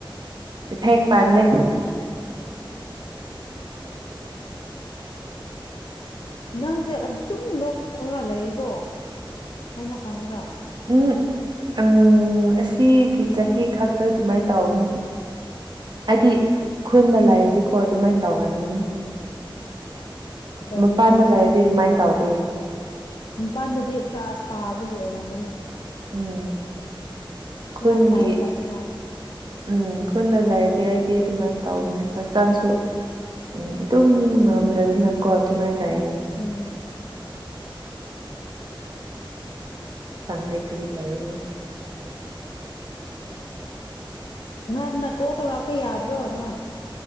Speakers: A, on the right (about 55°); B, on the left (about 60°).
A: ꯏꯐꯦꯛ ꯄꯥꯟꯗꯦ
B: ꯅꯪꯁꯦ ꯑꯗꯨꯝ ꯂꯣꯛꯊꯨꯡꯂꯒ ꯂꯩꯑꯦꯀꯣ ꯑꯩꯅ ꯈꯪꯕꯗ
A: ꯎꯝ ꯎꯝ ꯑꯁꯤꯒꯤ ꯆꯍꯤ ꯈꯛꯇ ꯑꯗꯨꯃꯥꯏꯅ ꯇꯧꯕꯅꯦ ꯍꯥꯏꯗꯤ ꯈꯨꯟꯗ ꯂꯩꯥꯏꯔꯗꯤꯀꯣ ꯑꯗꯨꯃꯥꯏꯅ ꯇꯧꯒꯟꯒꯅꯤ
B: ꯎꯝ ꯀꯩꯒꯤꯔꯥ
A: ꯃꯄꯥꯟꯗ ꯂꯩꯔꯗꯤ ꯑꯗꯨꯃꯥꯏꯅ ꯇꯧꯗꯤꯌꯦ
B: ꯃꯄꯥꯜꯗꯗꯤ ꯈꯔ ꯁꯥꯕꯒꯤ ꯑꯣꯏꯔꯝꯒꯅꯤ
A: ꯎꯝ ꯈꯨꯟꯒꯤ
B: ꯈꯔ ꯐꯥꯏꯌꯦꯕ ꯑꯁꯥꯕ
A: ꯎꯝ ꯈꯨꯟꯗ ꯂꯩꯔꯗꯤ ꯑꯩ ꯗꯤ ꯑꯗꯨꯃꯥꯏꯅ ꯇꯧꯝꯕꯅꯦ ꯍꯛꯆꯥꯡꯁꯨ ꯎꯝ ꯑꯗꯨꯝ ꯉꯝꯗꯗꯅꯀꯣ ꯑꯗꯨꯃꯥꯏꯅ ꯂꯩꯌꯦ
B: ꯎꯝ
A: ꯆꯥꯡꯗ ꯀꯔꯤ ꯂꯩꯔꯦ
B: ꯉꯟꯅ ꯀꯣꯜ ꯇꯧꯔꯛꯄ ꯌꯥꯗ꯭ꯔꯣ ꯅꯪ